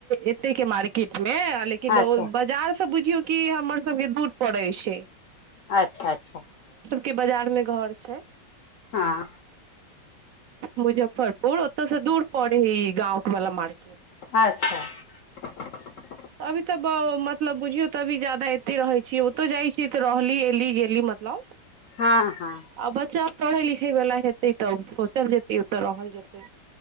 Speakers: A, on the right (about 70°); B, on the left (about 70°).
A: एते के मार्केट मे लेकिन
B: अच्छा
A: ओय बजार सब बुझियौ कि हमर सबके दूर पड़ै छै
B: अच्छा अच्छा
A: के बजार मे घर छै
B: हँ
A: मुजफ्फरपुर ओतय स दूर पड़य है ई गाँव बला मार्केट
B: <unintelligible>
A: अभी तऽ ब मतलब बुझियौ तऽ अभी जादा एतय रहै छियै ओतौ जाइ छियै तऽ रहली एली गेली मतलब
B: हँ हँ
A: आ बच्चा पढ़ै लिखय बला हेतै तऽ सोचल जेतै ओतऽ रहल जेतै